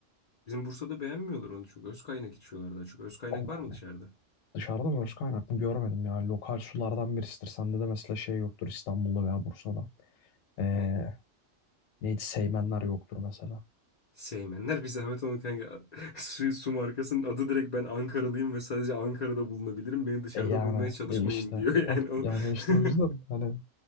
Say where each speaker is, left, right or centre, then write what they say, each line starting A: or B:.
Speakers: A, on the left; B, on the left.
A: Bizim Bursa'da beğenmiyorlar onu çok. Öz kaynak içiyorlar daha çok. Öz kaynak
B: Allah
A: var mı dışarıda?
B: dışarıda mı başka kaynaklı görmedim ya. Lokal sulardan birisidir. Sende de mesela şey yoktur İstanbul'da veya Bursa'da. Ee,
A: Ne?
B: neydi Seymenler yoktur mesela.
A: Seymenler bir zahmet onu kanka. <laughs> Su, su markasının adı direkt ben Ankaralıyım ve sadece Ankara'da bulunabilirim. Beni dışarıda
B: E yani
A: bulmaya çalışmayın
B: e işte.
A: diyor <laughs> yani
B: Hah,
A: o.
B: yani işte
A: <laughs>
B: o yüzden hani